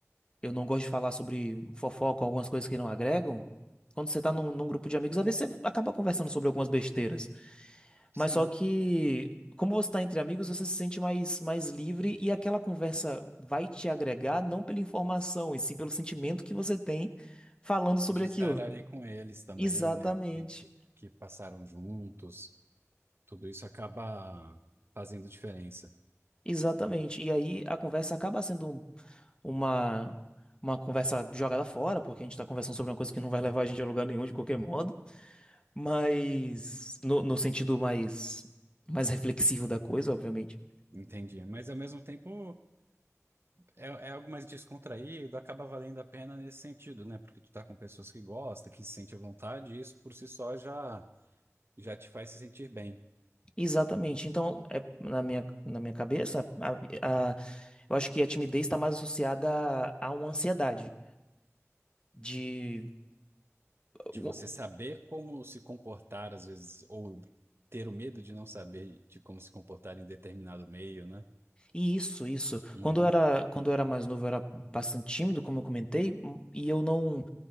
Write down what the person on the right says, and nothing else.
Sim,
De
estar ali com eles também,
né? O tempo que, que passaram juntos, tudo isso acaba fazendo diferença.
Entendi. Mas ao mesmo tempo é, é algo mais descontraído, acaba valendo a pena nesse sentido, né? Porque tu tá com pessoas que gostam, que se sente à vontade, e isso por si só já, já te faz se sentir bem.
de
você saber como se comportar, às vezes, ou ter o medo de não saber de como se comportar em determinado meio, né?
Uhum.